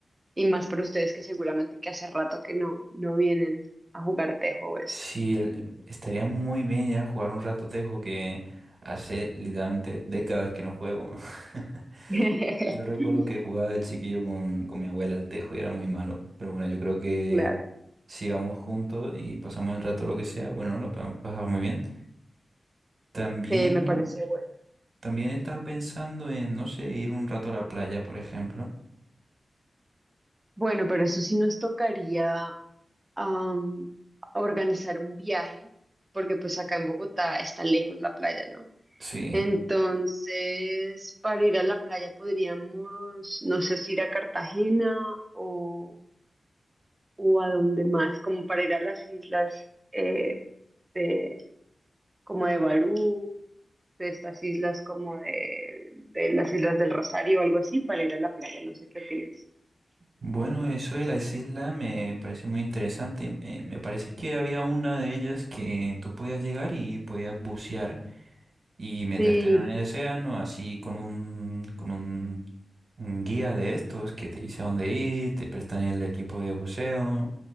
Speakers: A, on the right; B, on the right.
A: y más para ustedes que seguramente que hace rato que no, no vienen a jugar tejo o esto.
B: sí, el- estaría muy bien ir a jugar un rato tejo que hace literalmente décadas que no juego. <laughs>
A: <laughs>
B: Yo recuerdo que jugaba de chiquillo con, con mi abuela al tejo y era muy malo. Pero bueno, yo creo que
A: Claro,
B: si vamos juntos y pasamos el rato lo que sea, bueno, lo podemos pasar muy bien. También,
A: sí, me parece bueno.
B: también estaba pensando en, no sé, ir un rato a la playa, por ejemplo.
A: Bueno, pero eso sí nos tocaría am, organizar un viaje, porque pues acá en Bogotá está lejos la playa, ¿no?
B: Sí.
A: Entonces, para ir a la playa podríamos, no sé si ir a Cartagena o... o a dónde más, como para ir a las islas eh, de, como de Barú, de estas islas como de, de las Islas del Rosario o algo así, para ir a la playa, no sé qué opinas.
B: Bueno, eso de las islas me parece muy interesante. Eh, me parece que había una de ellas que tú podías llegar y podías bucear y meterte
A: Sí,
B: en el océano así con un, con un un guía de estos que te dice a dónde ir, te prestan el equipo de buceo